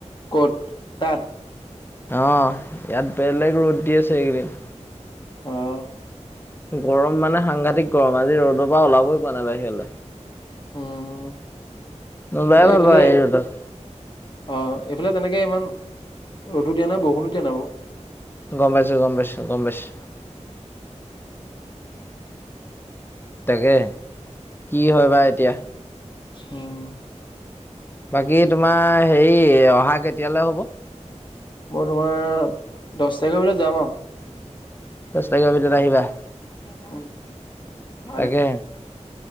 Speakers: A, on the left; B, on the left.
A: কত তাত
B: অ ইয়াত বেলেগ ৰ'দ দি আছে এইকেইদিন।
A: অহ
B: গৰম মানে সাংঘতিক গৰম আজি ৰ'দৰ পৰা ওলাবই পোৱা নাই বাহিৰলৈ।
A: হম
B: নোলোৱাই
A: এ
B: ভাল
A: এইফালে
B: বাৰু এই ৰ'দত
A: অ এইফালে তেনেকে ইমান ৰ'দো দিয়া নাই বৰষুণো দিয় নাবা
B: গম পাইছো, গম পাইছো, গম পাইছো। তাকে কি হয় বা এতিয়া।
A: উমহ
B: বাকী তোমাৰ হেৰি অহা কেতিয়ালৈ হব?
A: মই তোমাৰ দচ তাৰিখৰ ভিতৰত যাম আৰু।
B: দহ তাৰিখ ভিতৰত আহিবা
A: উ ভালে।
B: তাকে